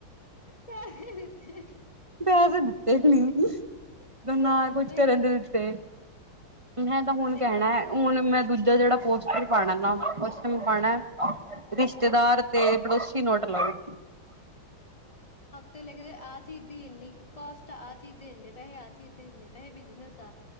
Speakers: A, on the left; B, on the right.
A: ਪੈਸੇ ਦਿੱਤੇ
B: ਪੈਸੇ ਦਿੱਤੇ
A: ਸਹੀ
B: ਵੀ
A: ਹੈ।
B: ਨੀ, ਨਾ
A: ਆਹੋ
B: ਕੁਝ
A: ਵੀ
B: ਕਰਨ
A: ਉਹ
B: ਦੇ ਦਿੱਤੇ ਮੈਂ ਤਾਂ ਹੁਣ
A: ਤੇ
B: ਕਹਿਣਾ
A: ਗ਼ਲਤ
B: ਹੈ
A: ਗੱਲ
B: ਹੁਣ
A: ਆ
B: ਮੈਂ
A: ਨਾ।
B: ਦੂਜਾ ਜਿਹੜਾ ਪੋਸਟਰ ਪਾਣਾ <unintelligible> ਪਾਣਾ ਰਿਸ਼ਤੇਦਾਰ ਤੇ ਪੜੋਸੀ ਨੋਟ ਅਲਾਊਡ
A: ਤੇ ਲਿਖਦੇ ਆਹ ਚੀਜ਼ ਦੀ ਇੰਨੀ ਕਸਟ ਆ ਆਹ ਚੀਜ਼ ਦੇ ਇੰਨੇ ਪੈਸੇ ਆਹ ਚੀਜ਼ ਦੇ ਇੰਨੇ ਪੈਸੇ ਬਿਜਨਸ ਆ